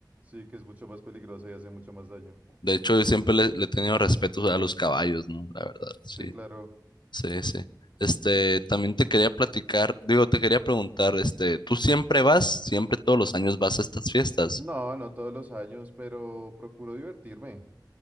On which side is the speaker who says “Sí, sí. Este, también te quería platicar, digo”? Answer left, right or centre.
Left